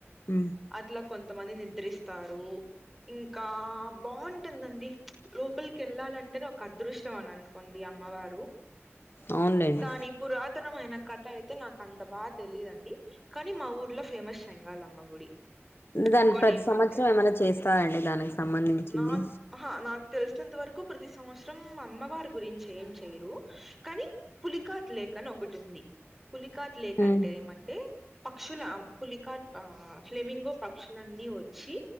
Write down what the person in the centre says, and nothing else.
అట్ల కొంతమంది నిద్రిస్తారు ఇంకా బాంటుందండి లోపలికి వెళ్ళాలంటేనే ఒక అదృష్టం అనం నుకొంది అమ్మవారు
దాని పురాతనమైన కథ అయితే నాకంత బా తెలీదండి కానీ మా ఊర్లో ఫేమస్ షేంగాలమ్మ గుడి
ఇంకోటి
ఏమంటే
నాక్ అహా నాకు తెలిసినంత వరకు ప్రతి సంవత్సరం అమ్మవారి గురించి ఏం చేయరు కానీ పులికాట్ లేక అని ఒకటి ఉంది పులికాట్ లేక
అంటే ఏమంటే పక్షుల పులికాట్ ఆ ఫ్లెమింగో పక్షులన్నీ వచ్చి